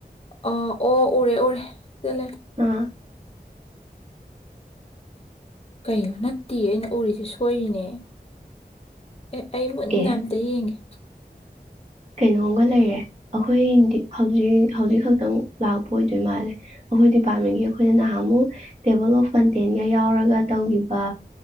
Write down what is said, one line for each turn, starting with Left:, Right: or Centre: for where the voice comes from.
Left: ꯑ ꯑꯣ ꯎꯔꯦ ꯎꯔꯦ ꯆꯂꯦ
Right: ꯑꯥ
Left: ꯀꯩꯅꯩꯅꯣ ꯅꯠꯇꯦ ꯑꯩꯅ ꯎꯔꯤꯁꯦ ꯁꯣꯏꯔꯤꯅꯦ ꯑꯦ ꯑꯩ ꯃꯨꯟꯅ
Right: ꯑꯦ
Left: ꯑꯝꯇ ꯌꯦꯡꯒꯦ
Right: ꯀꯩꯅꯣꯝꯒ ꯂꯩꯔꯦ ꯑꯩꯈꯣꯏ ꯍꯧꯖꯤꯛ ꯍꯧꯖꯤꯛ ꯈꯛꯇꯪ ꯂꯥꯛꯄ ꯑꯣꯏꯗꯣꯏ ꯃꯥꯜꯂꯦ ꯑꯩꯈꯣꯏ ꯗꯤꯄꯥꯔꯠꯃꯦꯟꯒꯤ ꯑꯩꯈꯣꯏꯅ ꯅꯍꯥꯟꯃꯨꯛ ꯇꯦꯕꯜ ꯑꯣꯐ ꯇꯦꯟꯒ ꯌꯥꯎꯔꯒ ꯇꯧꯈꯤꯕ